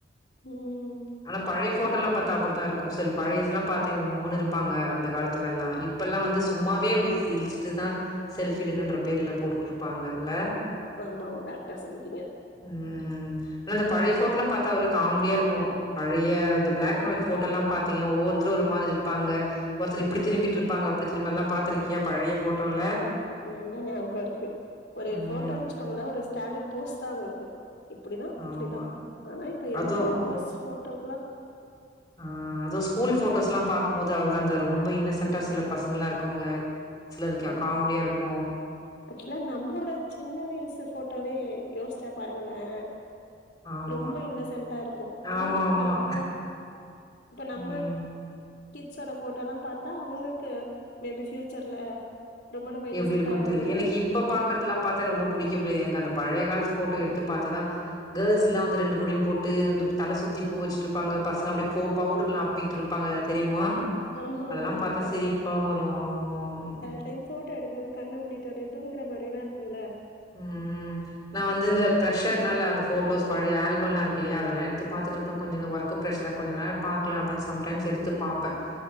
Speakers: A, on the left; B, on the left.
A: ம்
B: ஆனா பழைய போட்டோல்லாம் பாத்தா அப்டித்தான் இருக்கும் சில பழைசெல்லாம் பாத்த உம்முன்னு இருப்பாங்க அந்த காலத்துலல்லாம் இப் இப்பல்லாம் வந்து சும்மாவே அப்டியே இளிச்சிட்டு தான் செல்ஃபி எடுக்கறன்ற பேர்ல போட்டுட்ருப்பாங்க இல்ல
A: ஆமா ஆமா கரெக்டா சொல்லிட்டீங்க
B: ம் ஆனா இந்த பழைய போட்டோல்லாம் பாத்தா ஒரே காம்டியா இருக்கும் பழைய அந்த பிளாக் அண்ட் ஒயிட் போட்டோ எல்லாம் பாத்தீங்க ஒவ்வொருத்தரும் ஒரு மாதிரி இருப்பாங்க ஒருத்தர் இப்டி திரும்பிட்டு இருப்பாங்க அப்டி திரும் எல்லாம் பாத்துருக்கியா பழைய போட்டோல
A: நல்லா ஞாபகம் இருக்கு ஒரு
B: ம்.
A: போட்டோ வச்சுக்கோங்களே ஒரு ஸ்டாண்டர்ட் போஸ்ட் தான் உங்களுக்கு இப்டிதான் இப்டிதான்
B: ஆமா.
A: ஆனா இப்ப
B: அதுவும்
A: என்ன போஸ் போட்டோக்குலா
B: ஆ அதுவும் ஸ்கூல் போட்டோஸ் எல்லாம் பாக்கும்போது அவ்ளோதான் அந்த ரொம்ப இன்னொசென்டா சில பசங்களல்லாம் இருக்கோங்க சிலதுக்
A: ஆமா
B: காமெடியா இருக்கு
A: ஆக்சுவலா நம்மளோட சின்ன வயசு போட்டோவே யோசிச்சா பாருங்களேன்
B: ஆமா.
A: ரொம்ப இன்னசன்டா இருப்போம் ஆனா
B: ஆமாமா.
A: இப்ப நம்ம இப்ப நம்ம
B: ம்.
A: கிட்ஸோட போட்டோல்லாம் பார்த்தா அவங்களுக்கு மேபி ஃப்யூச்சர்ல ரொம்ப நம்ம இன்னசண்டா
B: எப்டி இருக்குன்னு
A: இருக்கோ
B: தெர்ல எனக்கு இப்ப பாக்குறதுல்லாம் பாத்தா ரொம்ப புடிக்க புடிக்காது எனக்கு அந்த பழைய கால போட்டோ எடுத்து பாத்தா தான் கேர்ல்ஸ்ல்லாம் வந்து ரெண்டு குடிமி போட்டு இந்த தல சுத்தி பூ வச்சுட்டுருப்பாங்க பசங்க அப்டி போ பவுடரெல்லாம் அப்பிக்கிட்ருப் ப்பாங்க தெரியுமா
A: ஆமா
B: அதெல்லாம்
A: ஆமா
B: பாத்தா
A: ஆமா
B: சிரிப்பா வரும் ஆமா ம்
A: தென் போட்டோ எடுக்கும்போது கண்ண மூடிட்டு அப்டியே தூங்குற மாரில்லாம் இருக்கும்ல
B: ம் ம் நான் வந்து இந்த பிர்ஷர்னால அந்த போட்டோஸ் பழைய ஆல்பம் இருக்குல்லையா அதெல்லாம் எடுத்து பாத்துட் இருப்பேன் கொஞ்சம் இந்த ஒர்க் க்கு பிரஷர் கொஞ்ச நேரம் பாக்கலா அப்டின்னு சம்டைம்ஸ் எடுத்து பாப்பன்